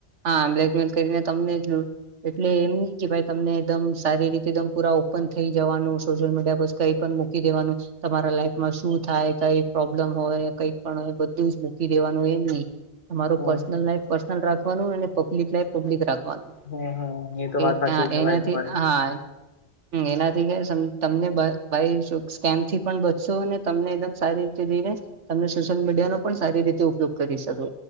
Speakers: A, on the right; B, on the left.
A: હા બ્લેકમેલ <unintelligible> એટલે એમ નઇ કે ભાઈ તમને એકદમ સારી રીતે તમ પુરા ઓપન થઈ, જવાનુ સોશિયલ મીડિયા પર કઈ પણ મૂકી દેવાનું તમારા લાઈફમાં શું થાય તઇ પ્રોબ્લેમ હોય કઈક પણ હોય, બધું જ મૂકી દેવાનું એમ નહ તમારુ
B: હમ
A: પર્સનલ લાઈફ પર્સનલ રાખવાનું અને પબ્લિક લાઈફ પબ્લિક રાખવાનુ
B: હમ એ તો
A: <unintelligible>
B: વાત સાચી છે ભાઈ તમારી
A: એનાથી કે તમને ભ ભાઈ સ્કેમ થી પણ બચશો ને તમને એકદમ સારી રીતે તને સોશિયલ મીડિયાનો પણ સારી રીતે ઉપયોગ કરી શકો